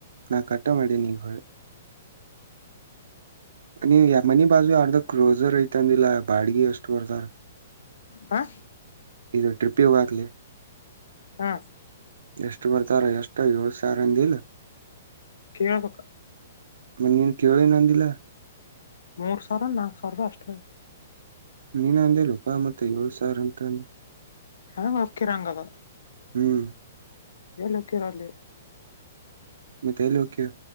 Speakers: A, on the right (about 75°); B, on the left (about 75°).
A: ನಾ ಕಟ್ಟ ಮಾಡೇ ನೀಗ ನೀ ಯ ಮನಿ ಬಾಜು ಯಾರ್ದ ಕ್ರೋಸರ್ ಐತಂದಿಲ್ಲಾ ಬಾಡ್ಗಿ ಎಷ್ಟು ಬರ್ತಾರ?
B: ಹಾ
A: ಇದು ಟ್ರಿಪ್ ಹೋಗಕ್ಲಿ?
B: ಹ್ಮ
A: ಎಷ್ಟು ಬರ್ತಾರ ಎಷ್ಟು ಯೋಸಾರಂದಿಲ್ಲ
B: ಕೇಳಬಕ್ಕ
A: ಮತ್ತ ನೀನ್ ಕೇಳಿನ ಅಂದಿಲ್ಲ
B: ಮೂರ್ ಸಾವಿರ ನಾಕು ಸಾವಿರ ರೂಪಾಯಿ ಅಷ್ಟೇ
A: ನೀನ ಅಂದಿಲೋಪಾ ಮತ್ತುತ್ತ ಏಳು ಸಾವಿರ ಅಂತಂದುೆ
B: ಹಕರಾಂಗದ.
A: ಹ್ಮ್.
B: ಹೇಳಲ್ಲಕ್ಕರಲ್ಲಿ.
A: ಮತ್ತ ಎಲೋಕೀಯ.